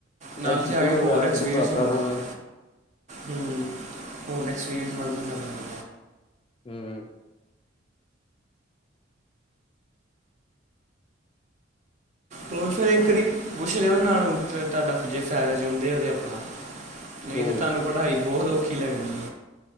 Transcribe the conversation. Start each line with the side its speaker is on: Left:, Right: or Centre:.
Right: ਨਾਲ
Left: ਇੰਸਟੀਚਿਊਟ
Right: ਤੇ ਆਗੇ
Left: ਵਗੈਰਾ
Right: ਹੋਰ ਐਕਸਪੀਰੀਅੰਸ
Left: ਸ਼ੁਰੂ ਕਰਤਾ
Right: ਹੋ
Left: ਤਾ
Right: ਜਾਂਦਾ
Left: ਸਾ ਉਹਨਾਂ
Right: ਵਾ
Left: ਨੇ।
Right: ਹੂੰ ਹੋਰ ਐਕਸਪੀਰੀਅਂਸ ਵਧ ਗਿਆ ਤਾਨੂੰ।
Left: ਹੂੰ।
Right: ਹੋਰ ਫੇਰ ਇੱਕ ਵਾਰੀ ਪੁੱਛ ਲੈਨਾ ਨਾਲ ਓਹ ਤੇ ਤੁਹਾਡਾ, ਜੇ ਫਾਇਦਾ ਚਾਹੁੰਦੇ ਹੋ ਤੇ ਆਪਣਾ। ਨਹੀਂ
Left: ਹੂੰ।
Right: ਤੇ ਤਾਨੂੰ ਪੜ੍ਹਾਈ ਬਹੁਤ ਔਖੀ ਲੱਗਨੀ।